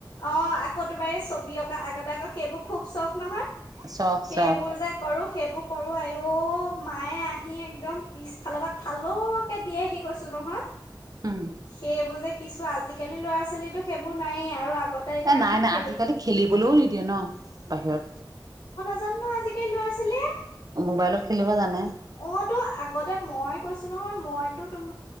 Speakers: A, on the left; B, on the right.
A: অঁ আকৌ তোবাৰ ছবি অঁকা আগতে আকৌ সেইবোৰ খুব চখ নহয়
B: চখ
A: সেইবোৰ
B: চখ
A: যে কৰোঁ সেইবোৰ কৰো আই অ মায়ে আহি একদম পিছফালৰ পৰা থালওঁ কে দিয়েহি কৈছো নহয়
B: উম
A: সেইবোৰ যে কি কিছু আজিকালি ল'ৰা ছোৱালীতো সেইবোৰ নায়েই আৰু আগতে এতিয়া
B: এ
A: আমি
B: নাই নাই
A: খেলি
B: আজিকালি খেলিবলৈও নিদিয়ে ন বাহিৰত
A: জ আজিকালি লৰাছোৱালিয়ে
B: মোবাইলত খেলিব জানে
A: অ তো আগতে মই কৈছো নহয় মই তুম